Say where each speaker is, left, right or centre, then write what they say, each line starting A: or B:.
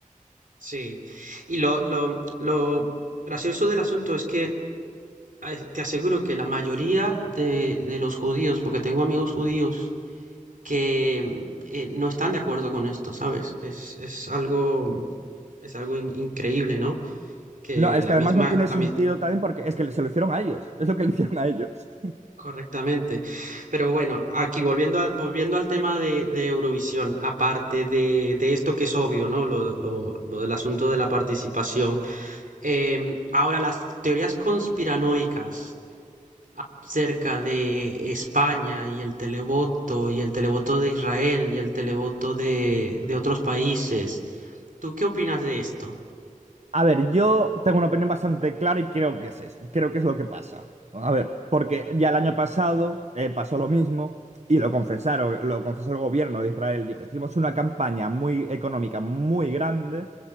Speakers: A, on the right; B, on the right.
A: Sí. Y lo, lo, lo gracioso del asunto es que eh, te aseguro que la mayoría de, de los judíos, porque tengo amigos judíos que mm, eh, no están de acuerdo con esto, ¿sabes? Es, es algo, es algo in- increíble, ¿no? Que
B: No, es
A: la
B: que
A: misma,
B: además no tiene
A: la,
B: sentido
A: mi-
B: también porque es que se lo hicieron a ellos. Es lo que le hicieron a ellos.
A: Correctamente. Pero bueno, aquí volviendo a- volviendo al tema de, de Eurovisión, aparte de, de esto que es obvio, ¿no? Lo, lo- lo del asunto de la participación. em, ahora, las teorías conspiranoicas acerca de España y el televoto, y el televoto de Israel y el televoto de, de otros países. ¿Tú qué opinas de esto?
B: A ver, yo tengo una opinión bastante clara y creo que es esto, creo que es lo que pasa. A ver, porque ya el año pasado eh, pasó lo mismo y lo confesaron, lo confesó el gobierno de Israel. Dijo, hicimos una campaña muy económica, muy grande